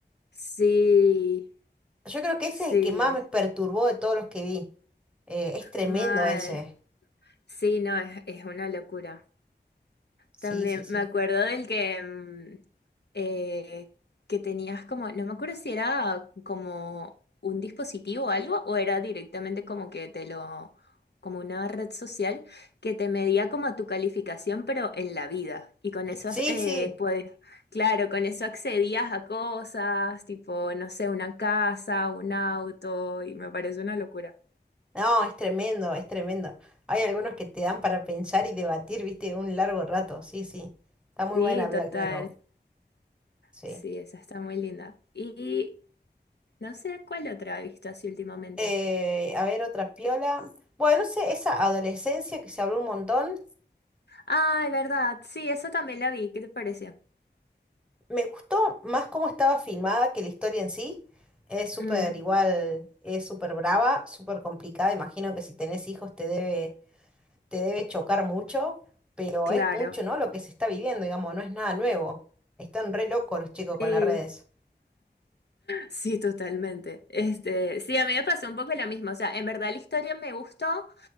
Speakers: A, on the left (about 70°); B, in the centre.
A: Sí,
B: Yo creo que ese
A: sí,
B: es el que más me perturbó de todos los que vi. Eh, es tremendo
A: mal.
B: ese.
A: Sí, no, es, es una locura.
B: Sí,
A: También
B: sí, sí.
A: me acuerdo del que, mm, eh, que tenías como, no me acuerdo si era como un dispositivo o algo, o era directamente como que te lo, como una red social que te medía como tu calificación, pero en la vida. Y con eso,
B: Sí,
A: eh,
B: sí.
A: pues, claro, con eso accedías a cosas, tipo, no sé, una casa, un auto, y me parece una locura.
B: No, es tremendo, es tremendo. Hay algunos que te dan para pensar y debatir, viste, un largo rato. Sí, sí. Está muy
A: Sí,
B: buena Black
A: total.
B: Mirror. Sí.
A: Sí, esa está muy linda. Y No sé cuál otra he visto así últimamente.
B: Eh, a ver, otra piola. Bueno, no sé, esa adolescencia que se habló un montón.
A: Ay, verdad. Sí, eso también la vi. ¿Qué te pareció?
B: Me gustó más cómo estaba filmada que la historia en sí. Es súper
A: Mm,
B: igual, es súper brava, súper complicada. Imagino que si tenés hijos te debe, te debe chocar mucho, pero
A: claro.
B: es mucho, ¿no? Lo que se está viviendo, digamos, no es nada nuevo. Están re locos los chicos con
A: Sí.
B: las redes.
A: <laughs> Sí, totalmente. Este, sí, a mí me pasó un poco lo mismo. O sea, en verdad la historia me gustó,